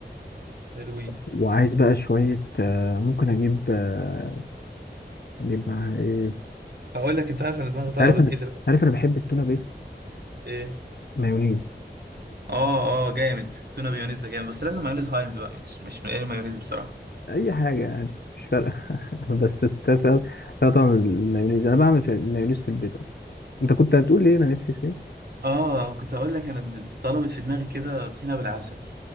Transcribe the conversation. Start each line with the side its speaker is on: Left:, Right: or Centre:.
Right: حلوين
Left: وعايز بقى شوية آه، ممكن اجيب آه، اجيب معاها ايه
Right: هقول لك انت عارف انا دماغي
Left: انت
Right: طلبت
Left: عارف انا
Right: ايه
Left: أنت
Right: دلوقتي
Left: عارف انا بحب التونة بايه
Right: ايه
Left: مايونيز
Right: اه اه جامد تونه بيونيز ده جامد بس لازم مايونيز هاينز بقى مش مش اي مايونيز بصراحه
Left: اي حاجة يعني مش فارقة <laughs> بس الت- فيها فيها طعم المايونيز انا بعمل في مايونيز في البيت اصلا انت كنت هتقول لي إيه انا نفسي في ايه
Right: اه كنت هقول لك انا د- طلبت في دماغي كده طحينه بالعسل